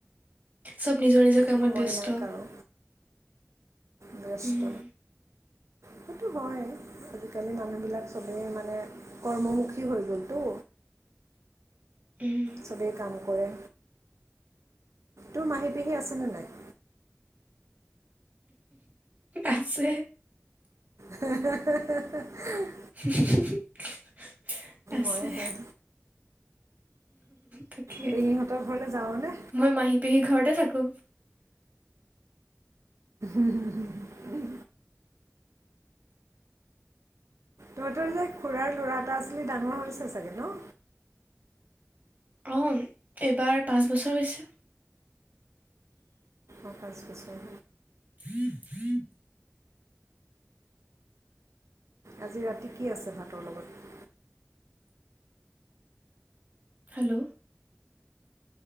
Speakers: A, on the right; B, on the right.
A: চব নিজৰ নিজৰ কামত
B: সময়
A: ব্যস্ত।
B: নাই কাৰো ব্যস্ত।
A: উম
B: সেইটো হয় আজিকালি মানুহবিলাক চবেই মানে কৰ্মমুখী হৈ গ'লতো।
A: উম।
B: চবেই কাম কৰে, তোৰ মাহী পেহী আছেনে নাই?
A: আছে।
B: হে হে <unintelligible>
A: <unintelligible> আছে
B: ময়ে হয়
A: তাকে,
B: পেহীহঁতৰ ঘৰলৈ যাওঁনে
A: মই মাহী পেহী ঘৰতে থাকো।
B: উম হম। তহঁতৰ যে খুুৰাৰ ল'ৰা এটা আছিলে ডাঙৰ হৈছে চাগে ন?
A: অ' এইবাৰ পাঁচ বছৰ হৈছে।
B: অ' পাঁচ বছৰ।
A: <inaudible>
B: আজি ৰাতি কি আছে ভাতৰ লগত?
A: হেল্ল'